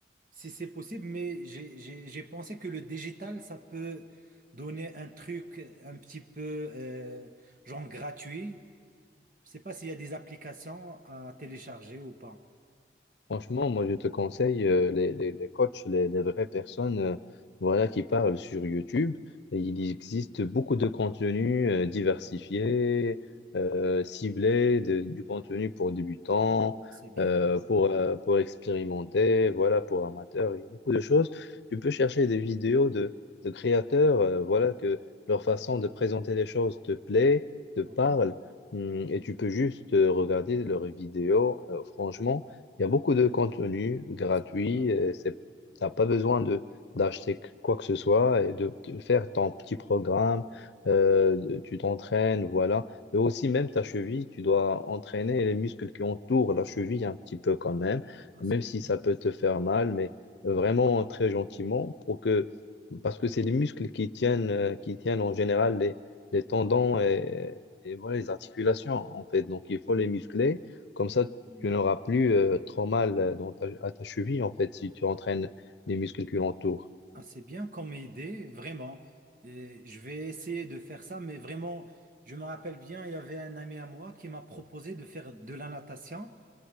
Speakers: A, on the right; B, on the left.
A: Si c'est possible, mais j'ai j'ai- j'ai pensé que le digital, ça peut donner un truc un petit peu euh, genre gratuit. Je sais pas s'il y a des applications à télécharger ou pas.
B: Franchement, moi, je te conseille euh, les, les, les coachs, les, les vraies personnes euh, voilà, qui parlent sur YouTube. Et il
A: Ah,
B: existe beaucoup de contenus euh, diversifiés, euh, ciblés, de- du contenu pour débutants,
A: c'est bien,
B: euh,
A: là.
B: pour, euh, pour expérimenter, voilà, pour amateurs. Il y a beaucoup de choses. Tu peux chercher des vidéos de, de créateurs, euh, voilà, que leur façon de présenter les choses te plaît, te parle,
A: Ah oui,
B: hum, et tu peux juste euh, regarder leurs vidéos. Euh, franchement, il y a beaucoup de contenu gratuit.
A: Ah, c'est bien.
B: euh, C'est, t'as pas besoin de d'acheter quoi que ce soit et de, de faire ton petit programme. euh, de- tu t'entraînes, voilà. Mais aussi même ta cheville, tu dois entraîner les muscles qui entourent la cheville un petit peu quand même,
A: Ah,
B: même
A: c'est
B: si
A: bien,
B: ça
A: là.
B: peut te faire mal, mais vraiment très gentiment pour que parce que c'est les muscles qui tiennent euh, qui tiennent en général les, les tendons et, et voilà les articulations en fait. Donc il faut les muscler. Comme
A: Ah
B: ça,
A: oui.
B: tu n'auras plus euh, trop mal euh, dans ta- à ta cheville, en fait, si tu entraînes les muscles qui l'entourent.
A: Ah, c'est bien comme idée, vraiment. Et je vais essayer de faire ça, mais vraiment, je me rappelle bien, il y avait un ami à moi qui m'a proposé de faire de la natation.